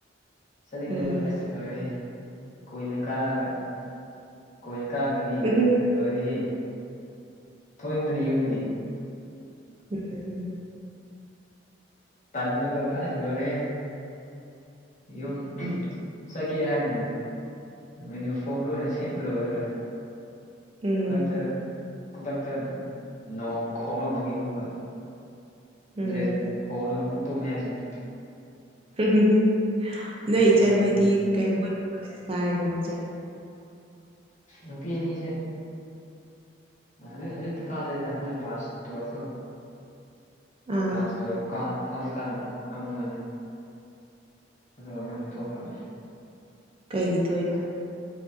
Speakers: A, on the left; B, on the right.
A: ꯆꯥꯅꯤꯡꯕꯗꯣ
B: ꯎꯝ
A: ꯑꯁ ꯂꯣꯏꯔꯦ ꯀꯨꯏꯅ ꯀꯥꯔꯛꯑꯒ ꯀꯣꯏꯅ ꯀꯥꯔꯛꯑꯒꯗꯤ
B: ꯎꯝ
A: ꯂꯣꯏꯔꯦꯍꯦ ꯊꯣꯡꯅꯤꯡꯃꯗꯅꯤ ꯌꯨꯝꯗꯒꯤ
B: ꯎꯝ ꯎꯝ
A: ꯇꯟꯕꯗꯨ ꯑꯁ ꯂꯣꯏꯔꯦꯍꯦ ꯌꯨꯝ ꯆꯠꯀꯦ ꯍꯥꯏꯅ ꯌꯨꯅꯤꯐꯣꯝ ꯂꯣꯏꯅ ꯁꯦꯠꯄ ꯂꯣꯏꯔꯒ
B: ꯎꯝ
A: ꯈꯨꯗꯛꯇ ꯈꯨꯗꯛꯇ ꯅꯣꯡ ꯈꯣꯡꯂꯛꯄꯒꯤ ꯑꯃꯨꯛꯀ
B: ꯎꯝ
A: ꯗ꯭ꯔꯦꯁ ꯍꯣꯡꯂꯒ ꯑꯃꯨꯛ ꯇꯨꯝꯃꯤ ꯍꯥꯏꯁꯤꯅꯤ
B: ꯎ
A: ꯑꯗꯨꯐꯥꯎ
B: ꯅꯣꯏ ꯏꯆꯟ
A: ꯌꯥꯎꯔꯕꯅꯤꯅ
B: ꯍꯣꯏꯗꯤ ꯀ ꯃꯣꯏ ꯀꯣꯂꯦꯖ ꯀꯥꯔꯤꯕꯣ ꯍꯧꯖꯤꯛ
A: ꯅꯨꯄꯤ ꯑꯅꯤꯁꯦ ꯍꯩꯖꯤꯛ ꯍꯧꯖꯤꯛꯇꯤ ꯀꯥꯗꯦꯗ ꯃꯣꯏ ꯀ꯭ꯂꯥꯁ ꯇꯨꯋꯦꯜꯐꯇꯣ
B: ꯑꯥ
A: ꯀ꯭ꯂꯥꯁ ꯇꯨꯋꯦꯜꯐ ꯀꯥ ꯐꯥꯎꯗꯤ ꯀꯥꯔꯝꯈꯔꯝꯅꯤ ꯃꯣꯏꯗꯣ ꯑꯗꯨꯒ ꯃꯣꯏꯗꯤ ꯇꯣꯛꯈ꯭ꯔꯝꯅꯤ
B: ꯀꯩꯒꯤ ꯇꯣꯛꯏꯕ